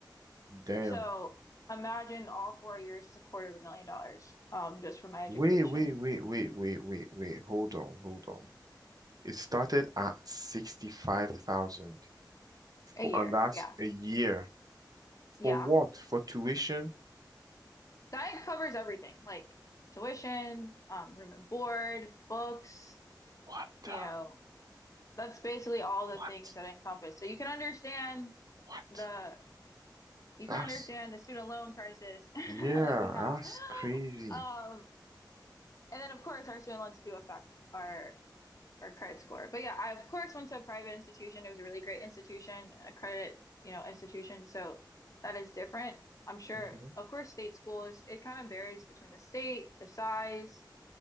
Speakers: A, on the right; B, on the left.
A: Damn.
B: So imagine all four years is a quarter of a million dollars um just for my education
A: Wait, wait, wait, wait, wait, wait, wait. Hold on, hold on. It started at 65,000,
B: a year.
A: and that's
B: Yeah.
A: a year.
B: Yeah.
A: For what? For tuition?
B: That covers everything like tuition, um, room and board, books
A: What the,
B: you know, That's basically all the
A: what,
B: things that I encompass. So you can understand
A: what?
B: the you
A: That's,
B: can understand the student loan crisis <laughs> that
A: yeah,
B: we have.
A: that's crazy.
B: Um, and then of course our student loans do affect our our credit score. But yeah, I of course went to a private institution. It was a really great institution and a credit, you know, institution. So that is different. I'm sure,
A: hmm
B: of course, state schools, it kind of varies between the state, the size,